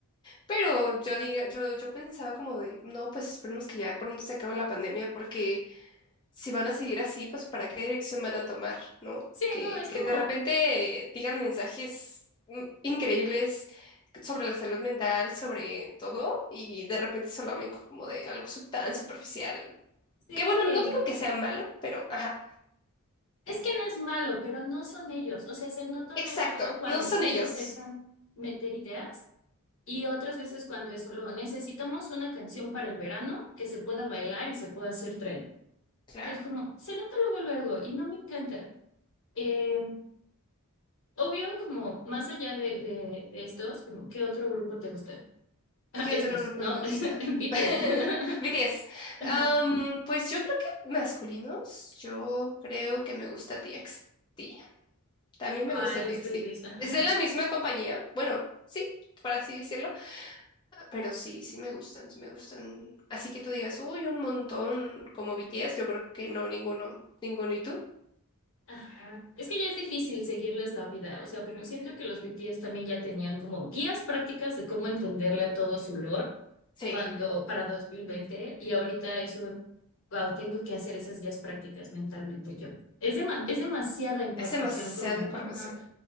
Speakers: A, on the left; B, on the left.
A: Pero yo diga, yo, yo pensaba como de, no, pues esperemos que ya pronto se acabe la pandemia, porque si van a seguir así, pues para qué dirección van a tomar, ¿no?
B: sí,
A: Que,
B: no, es
A: que
B: como,
A: de repente eh, digan mensajes mm, increíbles sobre la salud mental, sobre todo, y de repente solo hablen como de algo sub- tan superficial.
B: sí,
A: Que bueno, no digo que sea malo, pero ajá.
B: es que no es malo, pero no son ellos, o sea, se nota
A: Exacto,
B: luego, luego cuando
A: no son
B: sí
A: ellos.
B: les dejan meter ideas Y otras veces cuando es solo necesitamos una canción para el verano que se pueda bailar y se pueda hacer tren.
A: Claro.
B: Que es como, se nota luego luego y no me encanta. Eh, obvio, como más allá de, de, de estos, como ¿qué otro grupo te gustan? <laughs>
A: ¿Qué
B: Estos,
A: otro grupo
B: ¿no?
A: me gusta?
B: <laughs> BTS.
A: <laughs> BTS.
B: <laughs> Ajá.
A: Am, pues yo creo que masculinos, yo creo que me gusta TXT. También
B: Ay,
A: me gusta TXT.
B: los babies, ajá.
A: Es de la misma compañía. Bueno, sí, para así decirlo. Ah, Pero sí, sí me gustan, sí me gustan. Así que tú digas, uy, un montón como BTS, yo creo que no, ninguno. Ninguno. ¿Y tú?
B: Ajá. Es que ya es difícil seguirles la vida, o sea, como siento que los BTS también ya tenían como guías prácticas de cómo entenderle a todo su lore
A: Sí,
B: cuando para 2020 y ahorita es un, wow, tengo que hacer esas guías prácticas mentalmente yo. Es dema- es demasiada información
A: es demasiada
B: como,
A: información.
B: ajá.